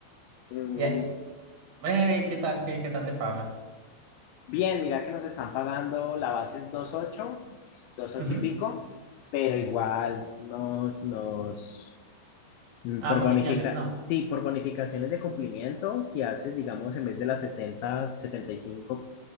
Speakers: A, on the left (about 80°); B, on the right (about 70°).
A: Mm,
B: Ya, y- breve, ¿y ¿qué tal? ¿Qué, qué tal te pagan?
A: bien, mira que nos están pagando, la base es 2.8, ocho
B: Ujú.
A: y pico pero igual nos, nos, Mm,
B: Ah,
A: Por
B: comisiones,
A: bonifica,
B: no.
A: sí, por bonificaciones de cumplimiento, si haces, digamos, en vez de las sesenta setenta y cinco